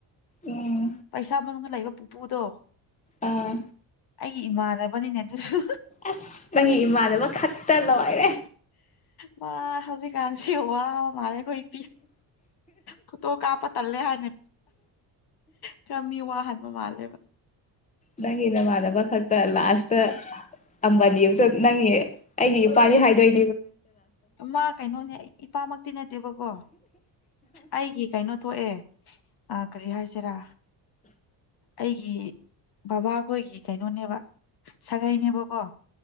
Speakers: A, on the left; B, on the left.
A: ꯎꯝ
B: ꯄꯩꯁꯥ ꯃꯅꯨꯡꯗ ꯂꯩꯕ ꯄꯨꯄꯨꯗꯣ
A: ꯑꯥ
B: ꯑꯩꯒꯤ ꯏꯃꯥꯟꯅꯕꯅꯤꯅꯦ ꯑꯗꯨꯁꯨ
A: ꯑꯁ ꯅꯪꯒꯤ ꯏꯃꯥꯅꯦꯕ ꯈꯛꯇ ꯂꯉꯥꯏꯔꯦ
B: ꯃꯥ ꯍꯧꯖꯤꯛ ꯀꯥꯟꯁꯤ ꯍ ꯃꯥꯅꯦꯦ ꯀꯕꯤ <unintelligible> ꯐꯣꯠꯇꯣ ꯀꯥꯞꯄ ꯇꯜꯂꯦ ꯍꯥꯏꯅꯤ ꯈꯔ ꯃꯤ ꯋꯥꯍꯅꯤ ꯃ ꯃꯥꯂꯦꯕ
A: ꯅꯪꯒꯤ ꯅꯃꯥꯟꯅꯕ ꯈꯛꯇ ꯂꯥꯁꯇ ꯑꯕꯥꯅꯤ ꯅꯪꯒꯤ ꯑꯩꯒꯤ ꯐꯔ ꯍꯥꯏꯗꯣꯏ
B: ꯃꯥ ꯀꯩꯅꯣꯅꯦ ꯏꯄꯥꯃꯛꯇꯤ ꯅꯠꯇꯦꯕꯀꯣ ꯑꯩꯒꯤ ꯀꯩꯅꯣ ꯊꯣꯛꯑꯦ ꯑ ꯀꯔꯤ ꯍꯥꯏꯁꯤꯔꯥ ꯑꯩꯒꯤ ꯕꯕꯥꯈꯣꯏꯒꯤ ꯀꯩꯅꯣꯅꯦꯕ ꯁꯥꯒꯩꯅꯦꯕꯀꯣ